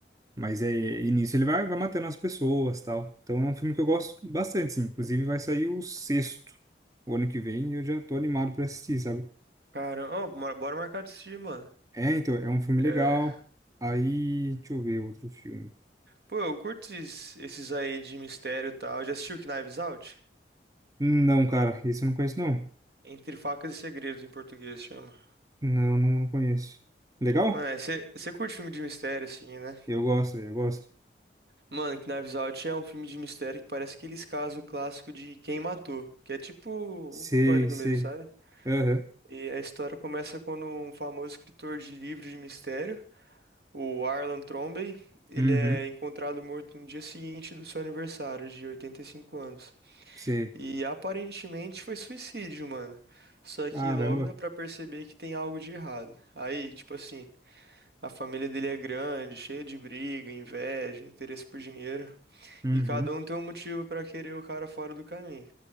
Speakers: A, on the right (about 20°); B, on the right (about 65°).
A: Mas é, e nisso ele vai, vai matando as pessoas, tal. Então é um filme que eu gosto bastante, sim. Inclusive vai sair o sexto, o ano que vem, e eu já tô animado pra assistir, sabe?
B: Caramba, Ô, bora bora marcar de assistir, mano.
A: É, então, é um filme
B: É.
A: legal. Aí, deixa eu ver outro filme.
B: Pô, eu curto esses, esses aí de mistério e tal. Já assistiu Knives Out?
A: Não, cara, esse eu não conheço, não.
B: Entre Facas e Segredos, em português chama.
A: Não, não conheço. Legal?
B: Mano, é, você você curte filme de mistério, assim, né?
A: Eu gosto, eu gosto.
B: Mano, Knives Out é um filme de mistério que parece aqueles casos clássicos de quem matou. Que é tipo
A: Sei,
B: o pânico
A: sei.
B: mesmo, sabe?
A: Aham,
B: E a história começa quando um famoso escritor de livros de mistério O Arlan Trombey, ele
A: Uhum,
B: é encontrado morto no dia seguinte do seu aniversário de 85 anos.
A: sei.
B: E aparentemente foi suicídio, mano. Só que
A: Caramba,
B: logo dá pra perceber que tem algo de errado. Aí, tipo assim, a família dele é grande, cheia de briga, inveja, interesse por dinheiro,
A: uhum,
B: e cada um tem um motivo pra querer o cara fora do caminho.